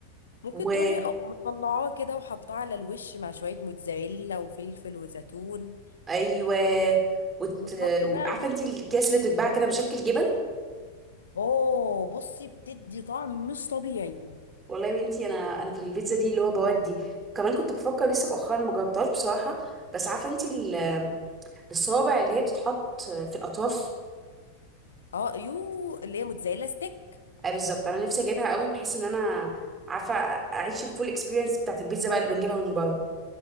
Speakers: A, on the left; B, on the right.
A: ممكن
B: و
A: تروحي اه مطلعاه كده وحطاه على الوش مع شويه موتزاريلا وفلفل وزيتون
B: ايوه وت...
A: وتحطي بقى
B: عارفه
A: بصي
B: انت الكيس اللي بتتباع كده مشكل جبن
A: اوه بصي بتدي طعم مش طبيعي
B: والله يا بنتي انا انا في البيتزا دي اللي هو بودي كمان كنت بفكر لسه مؤخرا ما جربتهاش بصراحه بس عارفه انت ال- الصوابع اللي هي بتتحط في الاطراف
A: اه يو اللي هي موتزاريلا ستيك
B: اي بالظبط انا نفسي اجيبها قوي بحيث ان انا عارفه اعيش الفول اكسبيرينس بتاعت البيتزا بقى اللي بنجيبها من بره